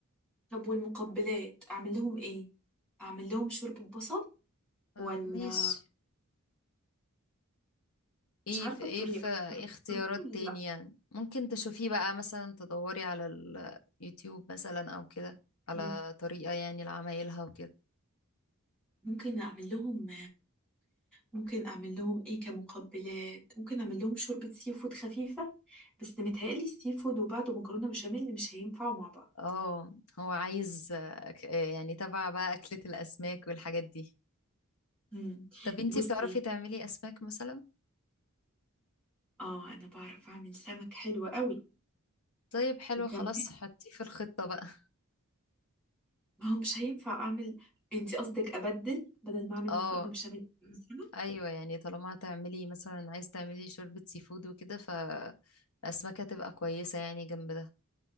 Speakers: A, in the centre; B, on the left.
A: طب والمقبلات أعمل لهم إيه؟ أعمل لهم شوربة بصل
B: آه،
A: ولا
B: ماشي ايه
A: مش عارفة
B: في ايه
A: الطريقة
B: في إيه
A: عارفة
B: اختيارات
A: الطريقة
B: تانية
A: ولا لأ
B: ممكن تشوفيه بقى مثلا تدوري على اليوتيوب مثلا او كده على
A: مم.
B: طريقة يعني لعمايلها وكده
A: ممكن أعمل لهم ممكن أعمل لهم إيه كمقبلات ممكن أعمل لهم شوربة سي فود خفيفة بس متهيألي السي فود وبعده مكرونة بشاميل مش هينفعوا مع بعض
B: اه هو عايز آه، ك- آه، يعني تبع بقى أكلة الأسماك والحاجات دي
A: مم.
B: طب انتي
A: بصي
B: بتعرفي تعملي أسماك مثلا
A: اه انا بعرف اعمل سمك حلو قوي
B: طيب حلو
A: وكمان
B: خلاص حطيه في الخطة بقى
A: ما هو مش هينفع اعمل انتي قصدك ابدل بدل
B: <laughs>
A: ما اعمل
B: اه
A: مكرونه بشاميل أعمل سمك
B: ايوه يعني طالما هتعملي مثلا عايز تعملي شوربة سي فود وكده فالأسماك هتبقى كويسة يعني جنب ده